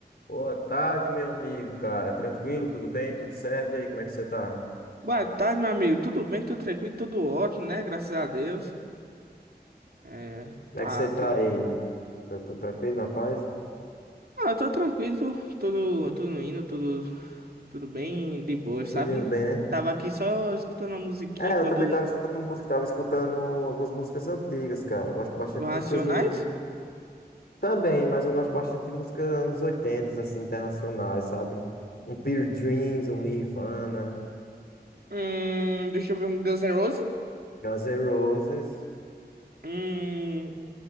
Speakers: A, on the left; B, on the right.
A: Boa tarde, meu amigo, cara. Tranquilo, tudo bem? Tudo certo? E aí, como é que você tá?
B: Boa tarde, meu amigo. Tudo bem? Tudo tranquilo? Tudo ótimo, né? Graças a Deus. É,
A: Como
B: tá
A: é que você tá
B: tudo.
A: aí? Tá tudo tranquilo, rapaz,
B: Ah, eu tô tranquilo, tudo, tudo indo, tudo, tudo bem de boa, sabe?
A: Tudo indo bem, né?
B: Eu tava aqui só escutando a musiquinha
A: É,
B: quando
A: eu também tava escutando música, tava escutando algumas músicas antigas, cara. Eu gosto bastante
B: do
A: de
B: Racionais.
A: músicas do. Também, mas eu gosto bastante de músicas anos 80, assim, internacionais, sabe? Um Pearl Dreams, um Nirvana,
B: Hum, deixa eu ver um Guns N' Roses.
A: Guns N' Roses,
B: Hum,